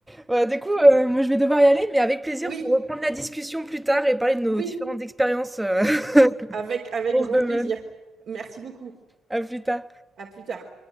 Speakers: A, in the centre; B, on the right.
A: ouais, du coup, euh, moi, je vais devoir y aller, mais avec plaisir
B: Oui,
A: pour reprendre la discussion plus tard et parler de nos
B: oui,
A: différentes expériences euh, <laughs>
B: avec, avec
A: dans
B: grand
A: ce domaine.
B: plaisir. Merci beaucoup.
A: À plus tard.
B: À plus tard.